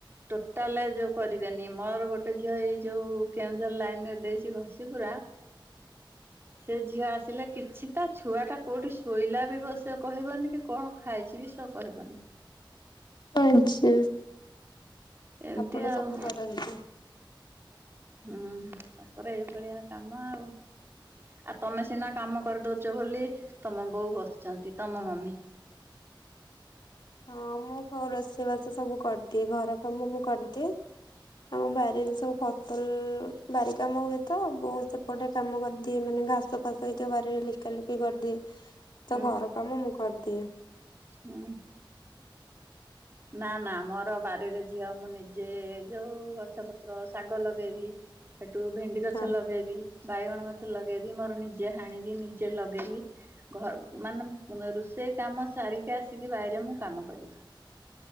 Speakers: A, on the right; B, on the left.
A: ଟୋଟାଲ ଯୋଉ କରିବେନି ମୋର ଗୋଟେ ଝିଅ ଏଇ ଯୋଉ କେଉଁଝର ଲାଇନ ରେ ଦେଇଛି ଘଷି ପୁରା ସେ ଝିଅ ଆସିଲେ କିଛି ତା ଛୁଆଟା କୋଉଠି ଶୋଇଲା ବି ବ ସେ କହିବନି କି କଣ ଖାଇଛି ବି ସ କହିବନି।
B: ଆଛା।
A: ଏମିତି
B: ଆପଣ
A: ଆଉ
B: ସବୁ କରନ୍ତି।
A: ହୁଁ ତାଙ୍କର ଏଇଭଳିଆ କାମ ଆଉ। ଆଉ ତମେ ସିନା କାମ କରିଦଉଛ ବୋଲି ତମ ବୋଉ ବସିୁଛନ୍ତି ତମ ମମି।
B: ହଁ ମୁଁ କ ରୋଷେଇ ବାସ ସବୁ କରିଦିଏ ଘର କାମ ମୁଁ କରିଦିଏ। ଆମ ବାରିରେ ସବୁ ଫସଲ୍ ବାରି କାମ ହୁଏ ତ ବୋଉ ସେପଟେ କାମ କରିଦିଏ ମାନେ ଘାସ ଫାସ ସେଇ ତ ବାରିରେ ଲେଖା ଲେଖି କରିଦିଏ ତ
A: ହୁଁ
B: ଘର କାମ ମୁଁ କରିଦିଏ।
A: ହୁଁ। ନା ନା ମୋର ବାରିରେ ଝିଅ ମୁଁ ନିଜେ ଯୋଉ ଗଛପତ୍ର ଶାଗ ଲଗେଇବି। ସେଠୁ ଭେଣ୍ଡି ଗଛ
B: ହଁ
A: ଲଗେଇବି। ବାଇଗଣ ଗଛ ଲଗେଇବି ମୋର ନିଜେ ହାଣିବି ନିଜେ ଲଗେଇବି। ଘ ମାନେ ମା ରୋଷେଇ କାମ ସାରି ଫେଏ ଆସିକି ବାଇରେ ମୁଁ କାମ କରି